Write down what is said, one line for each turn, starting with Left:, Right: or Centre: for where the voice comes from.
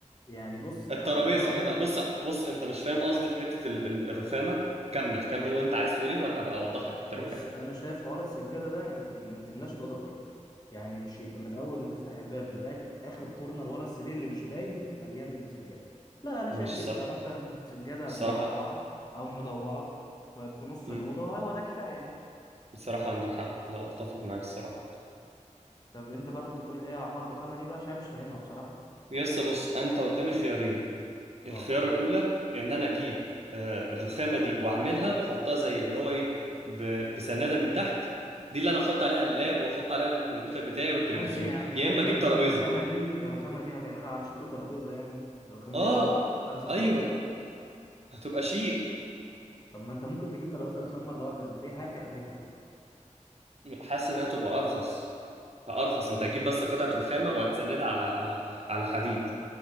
Left: يعني بص
Right: الترابيزه
Left: آه انا رايي
Right: انا بص بص انت مش فاهم قصدي في حته ال- ال- الرخامه كمل كمل وانت عايز تقول ايه وانا هبقى اوضح لك حته
Left: بص
Right: الرخامه
Left: انا شايف حوار السجاده ده انت ما تملاش الاوضه كلها يعني مش يبقى من اول ما تفتح الباب لغايه اخر كورنر ورا السرير اللي مش باين يبقى مليان سجاده لا انا
Right: ماشي
Left: شايف يبقى
Right: صح
Left: مثلا سجاده
Right: الصراحه
Left: مربعه او مدوره ف- في نص
Right: امم
Left: الاوضه هو ده كفايه يعني
Right: الصراحه عندك حق لا اتفق معاك الصراحه
Left: طب انت بقى كنت بتقول ايه على حوار الرخامه دي بقى عشان أنا مش فاهمها بصراحه
Right: يا اسطى بص انت قدامي خيارين الخيارة
Left: اه
Right: الأولى هي إن أنا أجيب آه، الرخامة دي وأعملها وأحطها زي اللي هو إيه ب- بسنادة من تحت دي اللي أنا أحط عليها اللاب وأحط عليها الكمبيوتر بتاعي والتلفزيون
Left: ماشي يعني
Right: يا
Left: يعني
Right: إما
Left: انت
Right: أجيب
Left: هتجيب
Right: ترابيزة
Left: الرخامه دي الرخامه دي هتعملها على شكل ترابيزه يعني مش الرخامه
Right: آه
Left: دي هت... لا اساس
Right: أيوه
Left: ترابيزه
Right: هتبقى شيك
Left: طب ما انت ممكن تجيب ترابيزه رخام مره واحده انت ليه هتعملها
Right: حاسس إنها تبقى أرخص أرخص أنت هتجيب بس قطعة رخامة وهتسندها على على على حديد